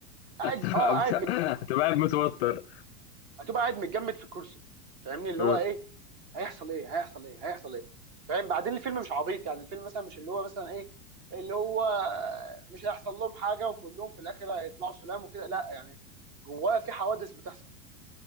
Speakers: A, on the right (about 40°); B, on the left (about 45°).
A: قاعد
B: هتبقى
A: اه قاعد
B: هتبقى قاعد متوتر
A: هتبقى قاعد متجمد في الكرسي فاهمني اللي
B: اه
A: هو ايه هيحصل ايه هيحصل ايه هيحصل ايه فاهم بعدين الفيلم مش عبيط يعني الفيلم مثلا مش اللي هو مثلا ايه اللي هو مش هيحصل لهم حاجه وكلهم في الاخر هيطلعوا سلام وكده لا يعني جواه في حوادث بتحصل